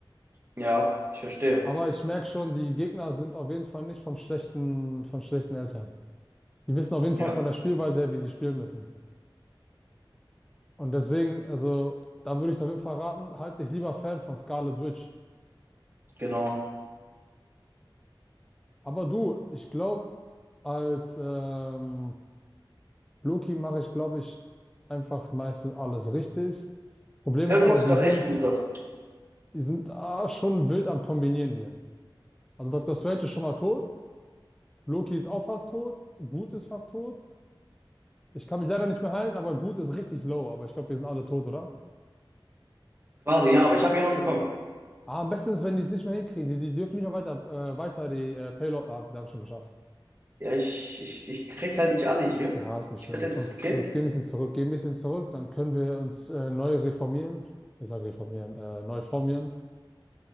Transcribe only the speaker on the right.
Ja, ich verstehe.
Ja,
genau.
Ja,
du
machst
gerade
echt einen guten Job.
Quasi, ja, aber ich habe jemanden bekommen.
Ja, ich, ich, ich krieg halt nicht alle hier.
Ich
werde jetzt,
okay?